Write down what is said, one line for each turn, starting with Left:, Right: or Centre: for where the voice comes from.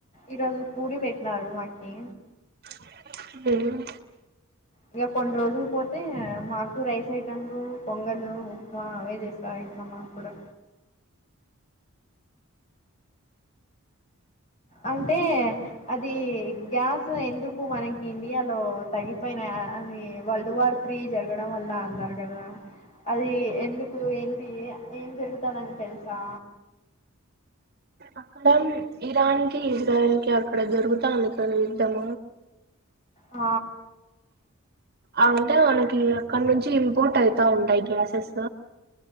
Left: ఈరోజు పూరీ పెట్నరు మాకి
Right: <inaudible> హ్మ్మ్
Left: ఇక కొన్ని రోజులు పోతే మాకు రైస్ ఐటమ్ పొంగలు ఉప్మా అవే చేస్తా ఇంకా మాకు కూడా అంటే అది గ్యాస్ ఎందుకు మనకి ఇండియాలో తగిపోయినా అని వరల్డ్ వార్ త్రీ జరగడం వల్ల అన్నారు కదా అది ఎందుకు ఏంటి ఏం జరుగుతానని తెలుసా
Right: అక్కడ ఇరాన్ కి ఇజ్రాయల్ కి అక్కడ జరుగుతాంది కదా యుద్ధం
Left: ఆ
Right: అంటే మనకి అక్కడ నుంచి ఇంపోర్ట్ అయితా ఉంటాయి గ్యాసెస్